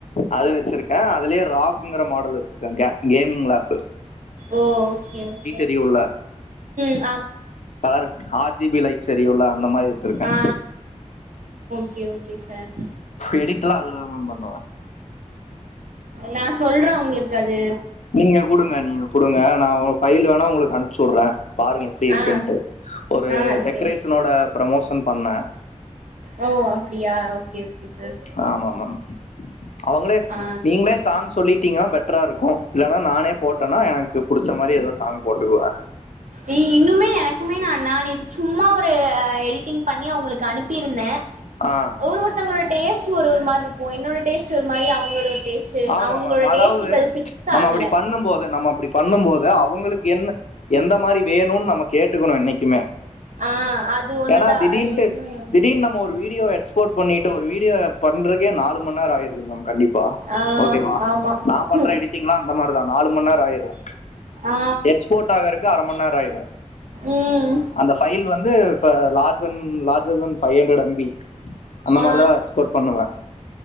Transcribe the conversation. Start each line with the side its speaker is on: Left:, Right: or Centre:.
Left: அது வச்சிருக்கேன் அதுலே ராக்ங்கிற மாடல் வச்சிருக்க கேமிங் லப்
Right: ஓ ஓகே ஓகே
Left: எரியும்ல
Right: உம்
Left: கலர் ஆ ஜிபி லைட் சரியுலா அந்த மாதிரி வச்சிருக்கே
Right: ஆ ஓகே ஓகே சார்
Left: எடிட் எலாம் அதுலதான் மேம் பண்ணுவேன்
Right: நான் சொல்றேன் உங்களுக்கு கது
Left: நீங்க குடுங்க நீங்க குடுங்க நான் பைல் வேணா உங்களுக்கு அனுப்ச்சி விடுறேன் பாருங்க எப்படி இருக்குன்ட்டு
Right: ஆ
Left: ஒரு
Right: ஆ
Left: டெக்கரேஷனோட
Right: சேரி
Left: ப்ரமோஷன் பண்ணேன்
Right: ஓ அப்டியா ஓகே சார்
Left: ஆமா மேம் <inaudible> அவங்களே
Right: ஆ
Left: நீங்களே சாங் சொல்லிட்டீங்கன்னா பெட்டரா இருக்கும் இல்லனா நானே போட் இல்லன்னா எனக்கு பிடிச்ச மாதிரி ஏதோ சாங் போட்டுக்குவேன்
Right: ஏய் இன்னுமே எனக்குமே நான் நான் இது சும்மா ஒரு எடிட்டிங் பண்ணி அவங்களுக்கு அனுப்பியிருந்தேன்
Left: ஆஹ்
Right: ஒரு ஒருத்தோங்களோட டேஸ்ட் ஒரு ஒரு மாரி இருக்கும் என்னோட டேஸ்ட் ஒரு மாரி அவங்களோட டேஸ்ட்
Left: ஆமா
Right: அவங்களோட
Left: மேம்அதாவது
Right: டேஸ்ட்டுக்கு அது ஃபிக்ஸ்
Left: நம்ம
Right: ஆகல
Left: அப்படி பண்ணும் போது நம்ம அப்படி பண்ணும் போது அவங்களுக்கு என்ன எந்த மாதிரி வேணும்னு நம்ம கேட்டுக்கணும் என்னைக்குமே
Right: ஆஹ் அது ஒண்ணுதான்
Left: ஏன்னா திடீர்னுட்டு
Right: இன்னும்
Left: திடீர்னு நம்ம ஒரு எக்ஸ்போர்ட் பண்ணிட்டு ஒரு வீடியோ பண்றதுக்கு அதுக்கே நாலு மணி நேரம் ஆயிருது மேம் கண்டிப்பா
Right: ஆ
Left: ஓகேவா
Right: ஆமா
Left: நான் பண்ற
Right: ம்
Left: எடிட்டிங்லாம் அந்த மாதிரிதான் நாலு மணிநேரம் ஆயிரும்
Right: ஆ
Left: எக்ஸ்போர்ட் ஆகுறக்கு அரைமணி நேரம் ஆயிரும்
Right: ம்
Left: அந்த பையில் வந்து இப்ப லாஜன் லஜ பைவ் ஹண்ட்ரட் அம்பி அந்த
Right: ஆ
Left: மாதிரி தான் எக்ஸ்போர்ட் பண்ணுவன்